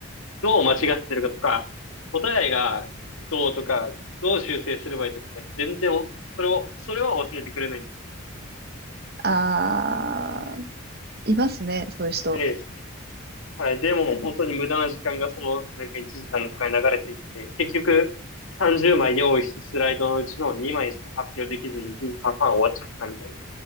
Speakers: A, on the left; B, on the right.
A: どう間違ってるかとか、答えがどうとか、どう修正すればいいとか、全然それを、それは教えてくれないんです。
B: ああ、いますね、そういう人。
A: で、はい、でも本当に無駄な時間がその、なんか1時間とかに流れていって、結局30枚用意したスライドのうちの2枚しか発表できずに1時間半終わっちゃったみたい